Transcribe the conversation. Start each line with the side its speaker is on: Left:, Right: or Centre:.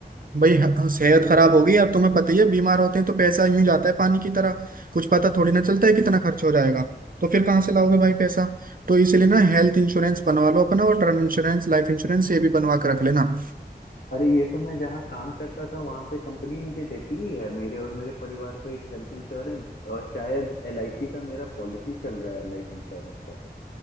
Right: भाई ह- सेहत खराब होगी और तुम्हें पता ही है बीमार होते हैं तो पैसा यूं ही जाता है पानी की तरह कुछ पता थोड़ी ना चलता है कितना खर्च हो जाएगा तो फिर कहाँ से लाओगे भाई पैसा तो इसलिए ना हेल्थ इंश्योरेंस बनवा लो अपना और टर्म इंश्योरेंस लाइफ इंश्योरेंस ये भी बनवा के रख लेना
Left: अरे ये तो मैं जहाँ काम करता था वहां पे कंपनी मुझे देती ही है मेरे और मेरे परिवार को एक हेल्थ इंश्योरेंस और शायद एलआईसी का मेरा पॉलिसी चल रहा है लाइफ इंश्योरेंस का